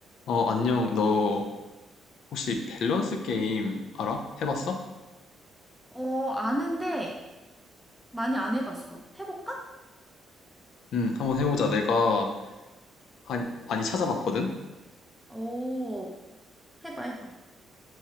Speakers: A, on the left; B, in the centre.
A: 어, 안녕. 너 혹시 밸런스 게임 알아? 해봤어?
B: 어, 아는데 많이 안 해봤어. 해볼까?
A: 응, 한번 해보자. 내가 한, 많이 찾아봤거든?
B: 오, 해봐, 해봐.